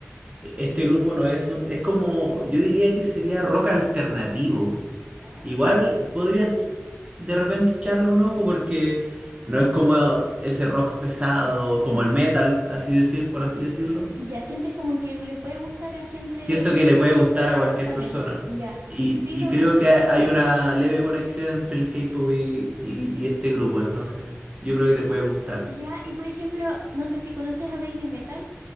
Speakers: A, on the right; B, on the right.
A: Este grupo no es un, es como, yo diría que sería rock alternativo.
B: ¿Ya?
A: Igual podrías de repente echarle un ojo porque no es como ese rock pesado, como el metal, así decir, por así decirlo.
B: Ya sientes como que le puede gustar a gente
A: Siento
B: que
A: que le puede gustar a cualquier
B: no está
A: persona.
B: en eso. Ya.
A: Y,
B: Sí,
A: y
B: lo voy
A: creo
B: a anotar.
A: que hay una leve conexión entre el K-pop y, y- y este grupo, entonces yo creo que te puede gustar.
B: Ya, y por ejemplo, no sé si conoces a Baby Metal,